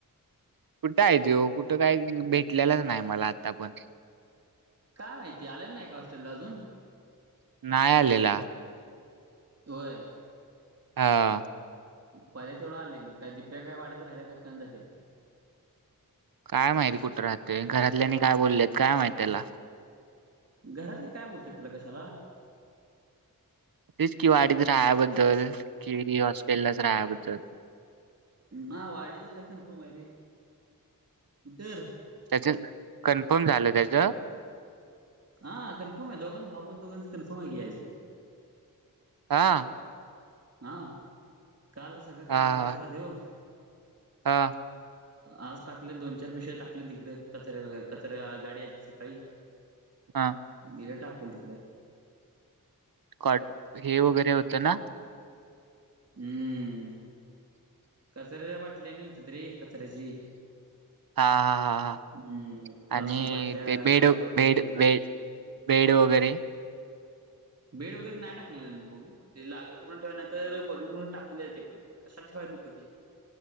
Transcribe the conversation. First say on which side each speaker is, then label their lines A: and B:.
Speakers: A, on the right (about 75°); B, on the right (about 45°).
A: कुठं आहे त्यो कुठं काही भेटलेलंच नाही मला आता पण.
B: काय माहिती आलेलं नाय का हॉस्टेलला अजून
A: नाय आलेला
B: होय.
A: हा
B: पद्या तेवढा आलेय म काय दिप्या काय वाढीत राहिल्या काय कंधाले
A: काय माहिती कुठं राहतय घरातल्यानी काय बोललेत काय माहिती त्याला
B: घरातले काय बोलत्यात त्याला कशाला?
A: तेच की वाडीत रायांबद्दल की री हॉस्टेललाच रायांबद्दल
B: नाय वाढितच हाय कन्फर्म हाय रे, कुटर
A: त्याच कन्फर्म झालं त्याच
B: हा कन्फर्म आहे दोघांच भावा दोघांच कन्फर्म आहे की यायचं.
A: हा
B: हा काल सगळं
A: हा
B: काढला कचरा त्यो
A: हा
B: आज टाकलेत दोन चार पिशव्या टाकलेत तिकड कचऱ्या कचऱ्या गाडी आलती सकाळी.
A: हा
B: दिल टाकून तिकड
A: कॉट हे वगैरे होतं ना
B: हम्म कचऱ्या बाटल्या आणि होत्यात रे कचऱ्याची
A: हा हा हा हा
B: हम्म प्लास्टिक
A: आणि
B: बाटल्या
A: ते बेड
B: काचच्या बाटल्या
A: बेड
B: होत्या
A: बेड
B: रे
A: बेड वगैरे
B: भेड वगैरे नाय टाकलानं बघू ते लागलं तर परत ठेवा नातर बघुनं बघून टाकून दयायच ते पण कशाला ठेवाय नको ते